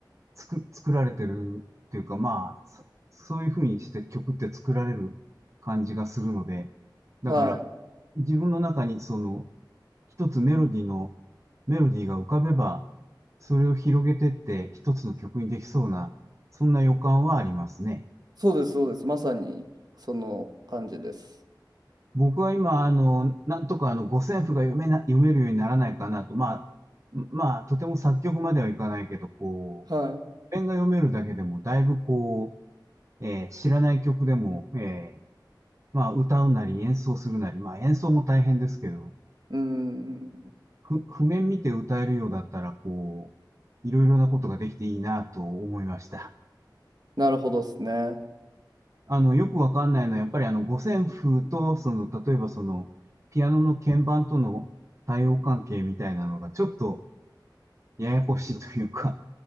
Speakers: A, on the right (about 40°); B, on the right (about 60°).
A: つく、作られてるっていうか、まあ、そそういうふうにして曲って作られる感じがするので、だから
B: はい。
A: 自分の中にその一つメロディーの、メロディーが浮かべば、それを広げてって一つの曲にできそうな、そんな予感はありますね。
B: そうです、そうです。まさにその感じです。
A: 僕は今、あの、なんとかあの、五線譜が読めな、読めるようにならないかなと、まあ、まあ、とても作曲まではいかないけど、こう、
B: はい。
A: 譜面が読めるだけでも、だいぶこう、えー知らない曲でも、えーまあ、歌うなり演奏するなり、まあ、演奏も大変ですけど、
B: うん。
A: ふ、譜面見て歌えるようだったら、こう、いろいろなことができていいなと思いました。
B: なるほどですね。
A: あの、よくわかんないのは、やっぱりあの、五線譜と、その、例えばその、ピアノの鍵盤との対応関係みたいなのが、ちょっとややこしいというか、